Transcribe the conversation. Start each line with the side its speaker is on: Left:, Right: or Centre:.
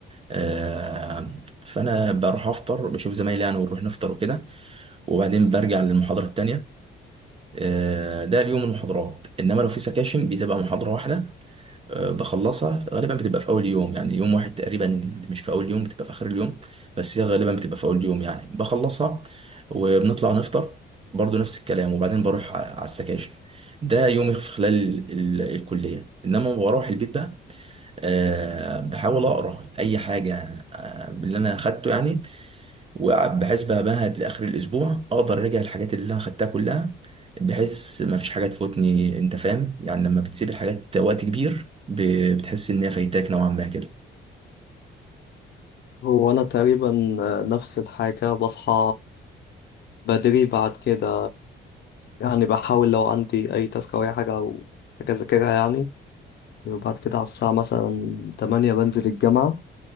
Right: آه، فانا بروح افطر بشوف زمايلي يعني ونروح نفطر وكده وبعدين برجع للمحاضره التانيه آه، ده اليوم المحاضرات انما لو في سكاشن بتبقى محاضره واحده آه، بخلصها غالبا بتبقى في اول يوم يعني يوم واحد تقريبا اللي مش في اول يوم بتبقى في اخر اليوم بس هي غالبا بتبقى في اول يوم يعني بخلصها وبنطلع نفطر برضو نفس الكلام وبعدين بروح ع- على السكاشن ده يومي في خلال ال- الكلية انما بروح البيت بقى أه بحاول اقرا اي حاجة آه، باللي انا اخدته يعني وبحيث بمهد لاخر الاسبوع اقدر اراجع الحاجات اللي انا خدتها كلها بحيث ما فيش حاجه تفوتني انت فاهم يعني لما بتسيب الحاجات وقت كبير ب- بتحس انها فايتاك نوعا ما كده
Left: هو انا تقريبا آه، نفس الحاجه بصحى بدري بعد كده يعني بحاول لو عندي اي تاسك او اي حاجه او حاجه اذاكرها يعني وبعد كده على الساعة مثلا تمانية بنزل الجامعة